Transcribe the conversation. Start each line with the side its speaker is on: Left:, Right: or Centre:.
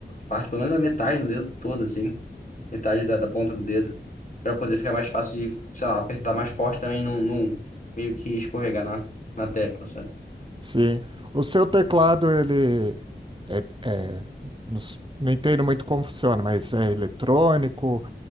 Left: parte, pelo menos a metade do dedo todo, assim, metade da, da ponta do dedo, pra poder ficar mais fácil de, sei lá, apertar mais forte também, não, não meio que escorregar na, na tecla, sabe?
Right: Sim. O seu teclado, ele é, é- não, s- não entendo muito como funciona, mas é eletrônico,